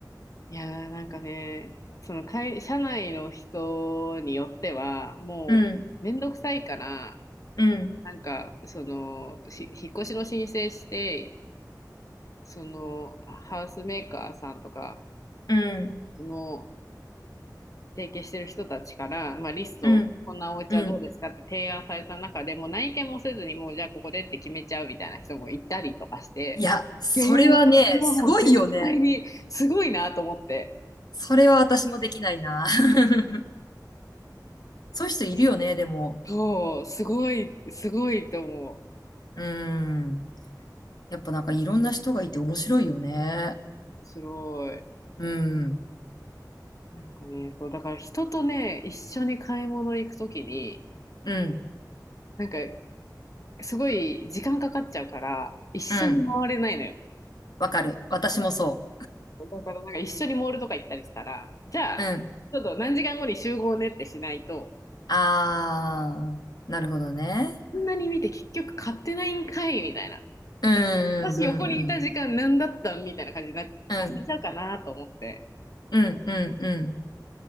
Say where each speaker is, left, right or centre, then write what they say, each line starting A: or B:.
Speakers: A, on the left; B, on the left.
A: いやー、なんかね、その会、社内の人によっては、もう、
B: うん、
A: めんどくさいから、
B: うん、
A: なんか、その、し、引っ越しの申請して、その、ハウスメーカーさんとか、
B: うん、
A: その、提携してる人たちから、まあ、リストを、
B: うん、
A: こんなお家はどうですかって提案された中でもう内見もせずに、
B: うん。
A: もうじゃあここでって決めちゃうみたいな人もいたりとかして、
B: いや、それはね、
A: いやいやもうこれはもう絶対にすごいなと思って。
B: すごいよね。それは私もできないな。<laughs> そういう人いるよね、でも。
A: そう、すごい、すごいと思う。
B: うん。やっぱなんかいろんな人がいて面白いよね。
A: 面白い。
B: うん。
A: なんかね、そう、だから人とね、一緒に買い物行くときに、
B: うん。
A: なんか、すごい時間かかっちゃうから、一緒に回れないのよ。
B: うん。わかる。私もそ
A: だからなんか一緒にモールとか行ったりしたら、じゃあ、
B: う。うん。
A: ちょっと何時間後に集合ねってしないと、
B: あー、なるほどね。
A: そうこんなに見て結局買ってないんかいみたいな。
B: うん、
A: 私横にいた時間何だったんみたいな感じになさせちゃうかなと思って。
B: うん、うん、うん。うん、うん、うん、うん。